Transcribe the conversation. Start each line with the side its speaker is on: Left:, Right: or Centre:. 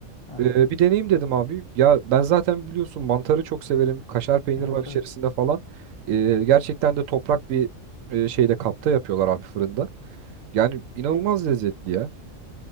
Left: Aha.
Right: Ee, bir deneyim dedim abi. Ya ben zaten biliyorsun mantarı çok severim. Kaşar peynir
Left: Evet
Right: var içerisinde
Left: evet.
Right: falan. Ee, gerçekten de toprak bir e, şeyde kapta yapıyorlar abi fırında. Yani inanılmaz lezzetli ya.